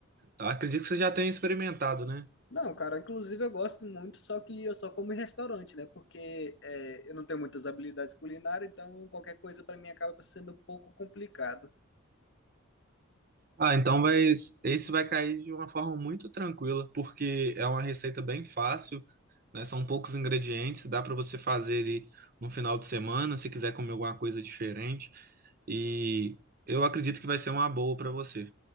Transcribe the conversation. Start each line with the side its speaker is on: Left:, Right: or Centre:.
Right: Acredito que você já tenha experimentado, né?
Left: Não, cara, inclusive eu gosto muito, só que eu só como em restaurante, né? Porque é, eu não tenho muitas habilidades culinárias, então qualquer coisa pra mim acaba sendo um pouco complicado.
Right: Ah, então vai, isso vai cair de uma forma muito tranquila, porque é uma receita bem fácil, né? São poucos ingredientes, dá para você fazer ele no final de semana, se quiser comer alguma coisa diferente. E eu acredito que vai ser uma boa para você.